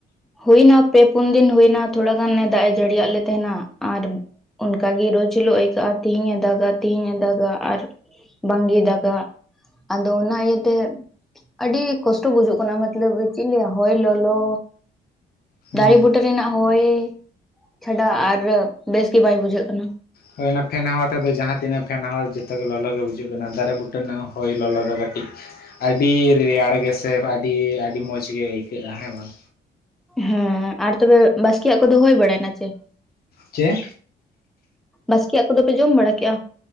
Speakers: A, in the centre; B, on the left.
A: ᱦᱩᱭᱱᱟ ᱯᱮ ᱯᱩᱱ ᱫᱤᱱ ᱦᱩᱭᱱᱟ ᱛᱷᱚᱲᱟ ᱜᱟᱱ ᱮ ᱫᱟᱜ ᱮ ᱡᱟᱹᱲᱤᱭᱟᱜ ᱞᱮ ᱛᱟᱦᱮᱱᱟ ᱟᱨ ᱚᱱᱠᱟᱜᱮ ᱨᱳᱡᱽ ᱦᱤᱞᱳᱜ ᱟᱹᱭᱠᱟᱹᱜ-ᱟ᱾ ᱛᱤᱦᱤᱧ ᱮ ᱫᱟᱜᱟ ᱛᱤᱦᱤᱧ ᱮ ᱫᱟᱜᱟ ᱟᱨ ᱵᱟᱝᱜᱮ ᱫᱟᱜᱟ ᱟᱫᱚ ᱚᱱᱟ ᱤᱭᱟᱹᱛᱮ ᱟᱹᱰᱤ ᱠᱚᱥᱴᱚ ᱵᱩᱡᱩᱜ ᱠᱟᱱᱟ ᱢᱚᱛᱞᱚᱵ ᱪᱮᱫ ᱤᱧ ᱞᱟᱹᱭ ᱟ ᱦᱚᱭ ᱞᱚᱞᱚ
B: ᱦᱩᱸ
A: ᱫᱟᱨᱮ ᱵᱩᱴᱟᱹ ᱨᱮᱱᱟᱜ ᱦᱚᱭ ᱪᱷᱟᱰᱟ ᱟᱨ ᱵᱮᱥ ᱜᱮ ᱵᱟᱭ ᱵᱩᱡᱷᱟᱹᱜ ᱠᱟᱱᱟ᱾
B: ᱦᱳᱭ ᱚᱱᱟ ᱯᱷᱮᱱ ᱦᱟᱣᱟ ᱛᱮᱫᱚ ᱡᱟᱦᱟ ᱛᱤᱱᱟᱹᱜ ᱯᱷᱮᱱ ᱦᱟᱣᱟ ᱡᱚᱛᱚᱜᱮ ᱞᱚᱞᱚ ᱜᱮ ᱵᱩᱡᱩᱜ ᱠᱟᱱᱟ ᱫᱟᱨᱮ ᱵᱩᱴᱟᱹ ᱨᱮᱱᱟᱜ ᱦᱚᱭ ᱞᱚᱞᱚ ᱫᱚ ᱠᱟᱹᱴᱤᱡ ᱟᱹᱰᱤ ᱨᱮᱭᱟᱲ ᱜᱮ ᱥᱮ ᱟᱹᱰᱤ ᱟᱹᱰᱤ ᱢᱚᱡᱽ ᱜᱮ ᱟᱹᱭᱠᱟᱹᱜ-ᱟ ᱦᱮᱸ ᱵᱟᱝ
A: ᱦᱮᱸ ᱟᱨ ᱛᱚᱵᱮ ᱵᱟᱥᱠᱮᱭᱟᱜ ᱠᱚᱫᱚ ᱦᱩᱭ ᱵᱟᱲᱟᱭᱱᱟ ᱪᱮ?
B: ᱪᱮ
A: ᱵᱟᱥᱠᱮᱭ ᱟᱜ ᱠᱚᱫᱚᱯᱮ ᱡᱚᱢ ᱵᱟᱲᱟᱠᱮᱜ-ᱟ?